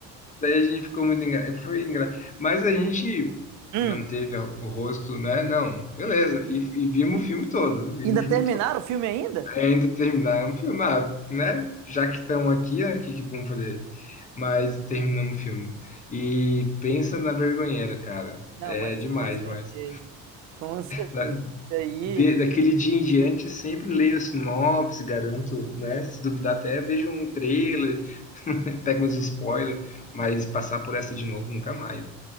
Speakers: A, on the left (about 20°); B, on the right (about 55°).
A: daí a gente ficou muito engra... foi engra... mas a gente
B: Hum.
A: manteve a- o rosto, né? Não, beleza. E, e vimos o filme todo, vimos
B: Ainda
A: o filme
B: terminaram
A: todo.
B: o filme ainda?
A: É ainda terminar um filme, ah, né? Já que estão aqui, né? O que que vamos fazer? Mas terminamos o filme. E pensa na vergonheira, cara.
B: Não,
A: É
B: mas
A: demais,
B: com certeza.
A: demais.
B: Com certeza.
A: Da,
B: Isso aí.
A: de- daquele dia em diante, sempre leio a sinopse, garanto, né? Se duvidar até, vejo um trailer, <laughs> pego uns spoilers, mas passar por essa de novo nunca mais, né?